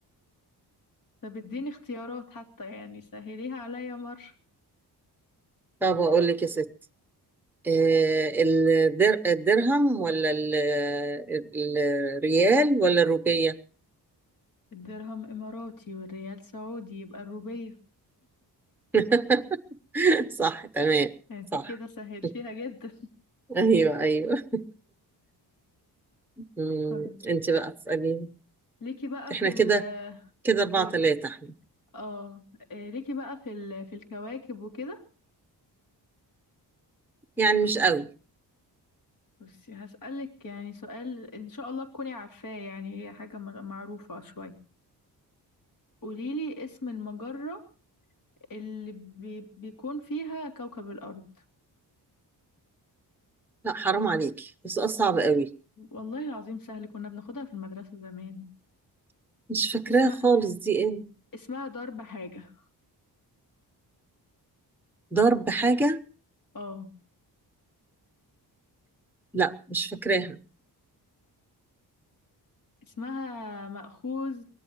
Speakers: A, on the left; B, in the centre.
A: طب اديني اختيارات حتى يعني سهليها عليا مرة
B: طب اقول لك يا ستي آه، الدر... الدرهم ولا ال... ال- الريال ولا الروبية
A: الدرهم إماراتي والريال سعودي يبقى الروبية
B: <laughs> صح تمام
A: انت
B: صح
A: كده سهلتيها
B: <laughs>
A: جدا
B: ايوه ايوه مم،
A: طيب
B: انت بقى تسألين
A: ليكي بقى
B: احنا
A: في ال
B: كده كده اربعة
A: كده
B: تلاتة احنا
A: اه إيه، ليكي بقى في ال في الكواكب وكده
B: يعني مش قوي
A: بس هسألك يعني سؤال إن شاء الله تكوني عارفاه يعني هي حاجة مغ- معروفة شوية قوليلي اسم المجرة اللي بي بيكون فيها كوكب الأرض
B: لا حرام عليكي بس سؤال صعب قوي
A: والله العظيم سهل كنا بناخدها في المدرسة زمان
B: مش فاكراها
A: اسمها
B: خالص دي ايه
A: اسمها درب حاجة
B: ضرب حاجة
A: اه
B: لا مش فاكراها
A: اسمها مأخوذ